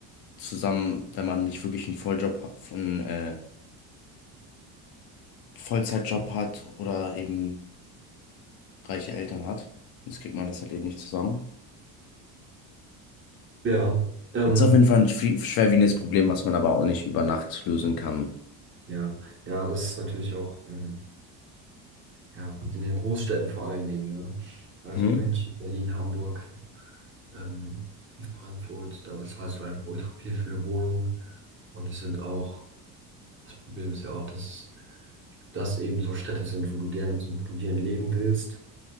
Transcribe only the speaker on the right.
ja, ähm,
ja, ja, das ist natürlich auch ähm, ja, in den Großstädten vor allen Dingen. Ne? Also
München, Berlin, Hamburg, ähm, Frankfurt, da bezahlst du einfach ultra viel für eine Wohnung. Und es sind auch, das Problem ist ja auch, dass das eben so Städte sind, wo du gerne zum Studieren leben willst.